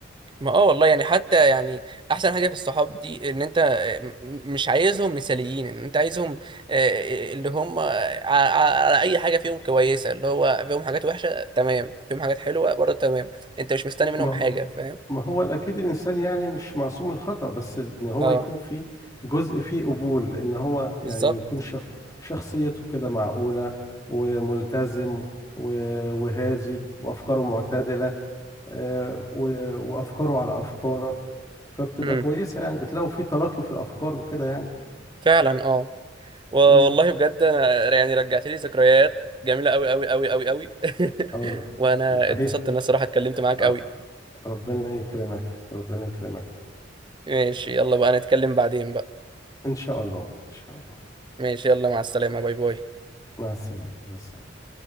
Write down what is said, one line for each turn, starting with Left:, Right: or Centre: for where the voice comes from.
Right: ما اه والله يعني حتى يعني احسن حاجه في الصحاب دي ان انت م- مش عايزهم مثاليين ان انت عايزهم آه، اللي هم ع- ع- على اي حاجه فيهم كويسه اللي هو فيهم حاجات وحشه تمام فيهم حاجات حلوه برضه تمام انت مش مستني منهم
Left: ما
Right: حاجه فاهم
Left: ما هو اكيد الانسان يعني مش معصوم من الخطأ بس ان هو
Right: اه
Left: يكون في جزء فيه قبول ان هو يعني
Right: بالظبط
Left: يكون شخ شخصيته كده معقولة وملتزم و- وهادي وافكاره معتدلة آه، و- وافكاره على افكارك فبتبقى
Right: امم
Left: كويسة يعني بتلاقوا في تلاقي في الافكار وكده يعني
Right: فعلا اه و- والله
Left: مم.
Right: بجد انا يعني رجعت لي ذكريات جميله قوي قوي قوي قوي قوي <laughs>
Left: او
Right: وانا اتبسطت
Left: هي
Right: ان انا الصراحه اتكلمت معاك
Left: آه،
Right: قوي
Left: ربنا يكرمك ربنا يكرمك
Right: ماشي يلا بقى نتكلم بعدين بقى
Left: ان شاء الله ان شاء الله
Right: ماشي يلا مع السلامه باي باي
Left: مع السلامة مع السلامة